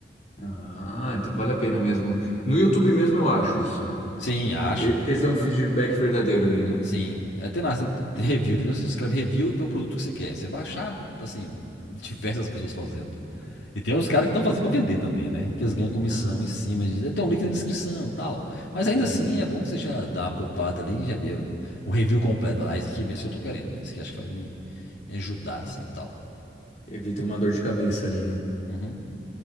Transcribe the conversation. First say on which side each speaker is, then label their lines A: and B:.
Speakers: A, on the left; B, on the left.
A: Ah, então vale a pena mesmo. No YouTube mesmo eu acho isso.
B: Sim, acho.
A: Que, que eles dão um feedback verdadeiro daí, né?
B: Sim. É, tem lá, você tem review, entendeu? Você escreve review e põe o produto que você quer. Você vai achar, assim, diversas pessoas fazendo. E tem uns caras que estão fazendo pra vender também, né? Que eles ganham comissão
A: Ah, sim.
B: em cima de. "É, Tem um link na descrição, tal. Mas
A: Uhum.
B: ainda assim, é bom que você já dá uma poupada ali, já vê o o review completo. Fala, Ah, isso aqui é mesmo que eu tô querendo. né? Isso aqui acho que vai me, me ajudar, assim, tal.
A: Evita uma dor de cabeça ali, né?
B: Uhum.